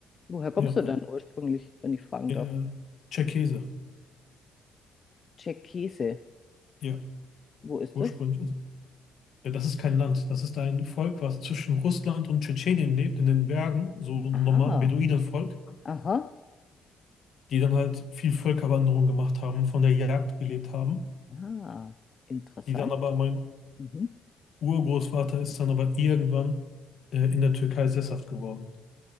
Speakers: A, on the left (about 40°); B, on the left (about 65°).
A: Woher kommst
B: Ja,
A: du denn ursprünglich, wenn ich fragen
B: äh,
A: darf?
B: Tscherkesse,
A: Tscherkesse.
B: ja,
A: Wo ist
B: ursprünglich.
A: das?
B: also Ja, das ist kein Land, das ist ein Volk, was zwischen Russland und Tschetschenien lebt, in den Bergen, so ein
A: Ah,
B: Beduinenvolk,
A: aha,
B: die dann halt viel Völkerwanderung gemacht haben, von der Jagd gelebt haben,
A: ah, interessant.
B: die dann aber, mein
A: Mhm.
B: Urgroßvater ist dann aber irgendwann äh, in der Türkei sesshaft geworden.